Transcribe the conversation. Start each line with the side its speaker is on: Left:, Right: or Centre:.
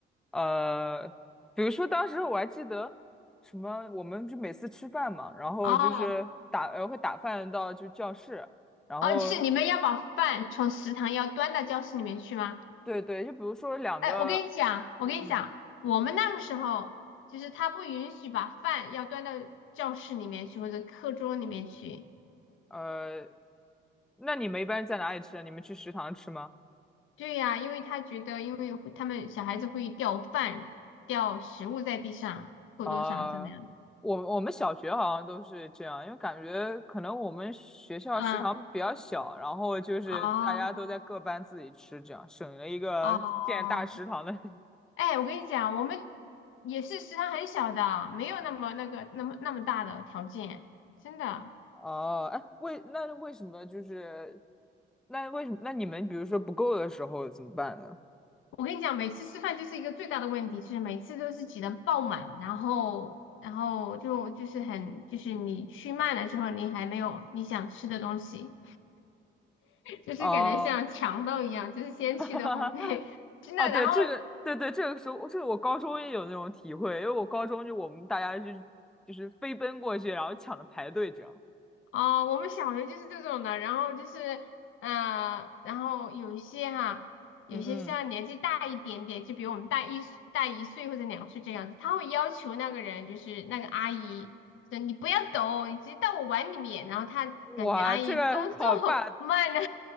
Centre: 呃，比如说当时我还记得什么，我们就每次吃饭嘛，然后就是打呃会打饭到就教室，
Left: 哦
Centre: 然后
Left: 哦，就是你们要把饭从食堂要端到教室里面去吗？
Centre: 对对，就比如说两个，
Left: 哎，我跟你讲，我跟你讲，
Centre: 嗯
Left: 我们那个时候就是他不允许把饭要端到教室里面去或者课桌里面去。
Centre: 嗯，呃，那你们一般在哪里吃啊？你们去食堂吃吗？
Left: 对呀，因为他觉得，因为会他们小孩子会掉饭、掉食物在地上、课桌上怎么样。
Centre: 啊、我我们小学好像都是这样，因为感觉可能我们学校食堂比较小，
Left: 啊
Centre: 然后就是大家都在各班自己吃，
Left: 啊
Centre: 这样省了一个建大食堂的。
Left: 啊！
Centre: <laughs>
Left: 哎，我跟你讲，我们也是食堂很小的，没有那么那个那么那么大的条件，真的。
Centre: 哦，哎，为那为什么就是那为什么那你们比如说不够的时候怎么办呢？
Left: 我跟你讲，每次吃饭就是一个最大的问题，就是每次都是挤得爆满，然后然后就就是很就是你去慢了之后，你还没有你想吃的东西。就是感觉像强盗一样，
Centre: 哦，
Left: 就是先去的后会，
Centre: <laughs>
Left: <laughs> 真的。
Centre: 哦，对，
Left: 然后，
Centre: 这个对对，这个时候这个我高中也有那种体会，因为我高中就我们大家就是就是飞奔过去，然后抢着排队这样。
Left: 哦、我们小学就是这种的。然后就是，嗯，然后有一些哈，有些像年纪大一点点，
Centre: 嗯嗯
Left: 就比我们大一岁大一岁或者两岁这样子，他会要求那个人，就是那个阿姨，说你不要抖，你直接到我碗里面。然后他感觉阿姨动作
Centre: 哇，这个好霸，
Left: <laughs> 慢了，